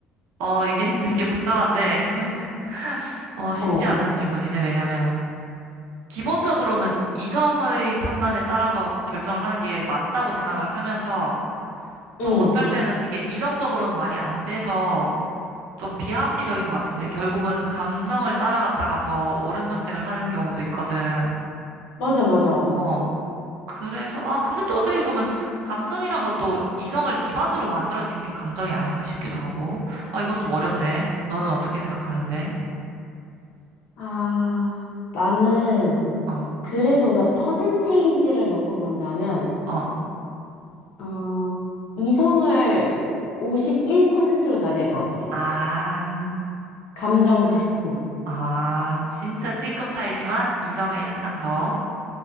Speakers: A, on the right; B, on the left.
A: 어, 이게 <laughs> 되게 복잡한데, <laughs> 어, 쉽지
B: 어,
A: 않은 질문이네. 왜냐면, 기본적으로는 이성의 판단에 따라서 결정을 하는 게 맞다고 생각을 하면서 또
B: 응,
A: 어떨 때는 이게 이성적으로는 말이 안 돼서 좀 비합리적인 것 같은데 결국은 감정을 따라갔다가 더 옳은 선택을 하는 경우도 있거든.
B: 맞아, 맞아.
A: 어. 그래서, 아, 근데 또 어떻게 보면 감정이란 것도 이성을 기반으로 만들어진 게 감정이 아닐까 싶기도 하고. 아, 이건 좀 어렵네. 너는 어떻게 생각하는데?
B: 아, 나는,
A: 어,
B: 그래도 뭔가 퍼센테이지를 놓고 본다면,
A: 어.
B: 어, 이성을 51%로 둬야 될 것 같아.
A: 아.
B: 감정 49.
A: 아, 진짜 찔끔 차이지만 이성에 약간 더,